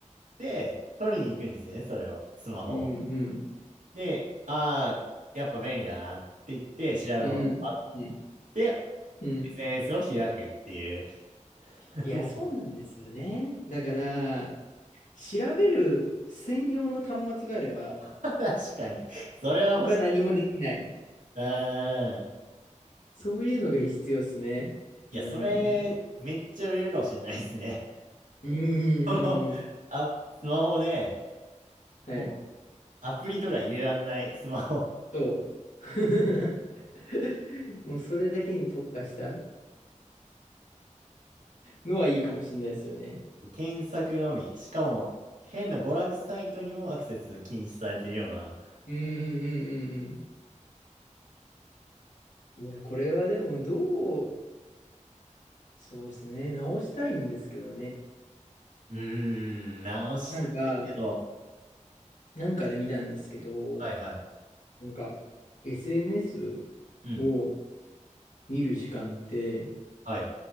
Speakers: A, on the right; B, on the left.
A: て、取りに行くんですよね、それを。スマホを。
B: うん、うん、
A: で、ああ、やっぱ便利だなって言って、調べ物を待っ
B: うん、うん。
A: て、
B: うん
A: SNS を開くっていう。<laughs>
B: いや、
A: もう
B: そうなんですよね。だから、調べる専用の端末があれば、
A: 確かに。それは欲しい。
B: 他何もできない。
A: うーん。
B: そういうのが必要ですね。
A: いや、
B: うん。
A: それ、めっちゃ売れるかもしれないですね。
B: うん、うん、
A: <laughs> この、
B: うんうん。
A: あ、スマホで、
B: はい。
A: もうアプリとか入れらんないスマホ。
B: そう。<laughs> もうそれだけに特化したのはいいかもしれないですよね。
A: 検索のみ。しかも、変な娯楽サイトにもアクセス禁止されてるような。
B: うん、うん、うん、うん。うんいや、これはでも、どう、そうですね。直したいんですけどね。
A: うーん、直したいけど。
B: なんか、なんかで見たんですけど、
A: はいはい。
B: なんか、SNS
A: うん。
B: を見る時間って、
A: はい。